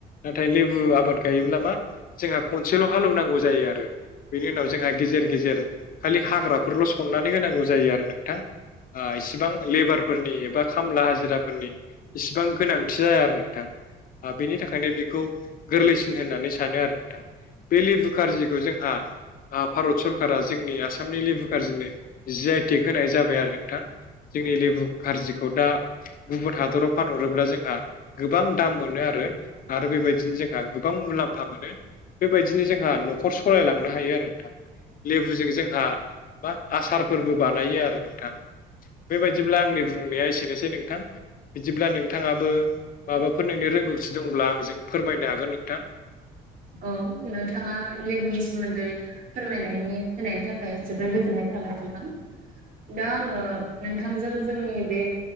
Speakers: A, on the left; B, on the right.
A: नाथाय लेबु आबाद गायोब्ला मा जोंहा खनसेल' हालौवनांगौ जायो आरो बेनि उनाव जोंहा गेजेर गेजेर खालि हाग्राफोरल' सननानै होनांगौ जायो आरो नोंथां एसिबां लेबारफोरनि एबा खामला हाजिराफोरनि इसिबां गोनांथि जाया आरो नोंथां। बेनि थाखायनो बेखौ गोरलैसिन होननानै सानो आरो नोंथां। बे लेबु कारजिखौ जोंहा भारत सरकारा जोंनि आसामनि लेबु कारजि जि आइ टेक होनाय जाबाय आरो नोंथां जोंनि लेबु कारजिखौ दा गुबुन हादराव फानहरोब्ला जोंहा। गोबां दाम मोनो आरो आरो बेबायदिनो जोंहा गोबां मुलाम्फा मोनो। बेबायदिनो जोंहा न'खर सालायलांनो हायो आरो नोंथां लेबुजों जोंहा मा आसारफोरबो बानायो आरो नोंथां बेबायदिब्ला आंनि बुंनाया एसेनोसै नोंथां बिदिब्ला नोंथाङाबो माबाफोर नोंनि रोंगौथि दंब्ला आंजों फोरमायनो हागोन नोंथां
B: औ नोंथाङा लेबुनि सोमोन्दै फोरमायनायनि होनायनि थाखाय जोबोर गोजोननाय थाबाय नोंथां दा आङो नोंथांजों जोंनि बे